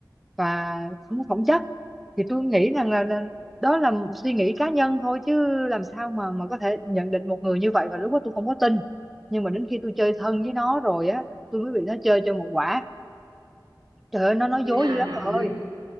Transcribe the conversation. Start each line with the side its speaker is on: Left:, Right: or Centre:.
Centre: và không có phẩm chất thì tôi nghĩ rằng là, là đó là suy nghĩ cá nhân thôi chứ làm sao mà mà có thể nhận định một người như vậy và lúc đó tôi không có tin nhưng mà đến khi tôi chơi thân với nó rồi á tôi mới bị nó chơi cho một quả trời ơi nó nói
Right: thế
Centre: dối
Right: là
Centre: dữ lắm bà ơi
Right: mới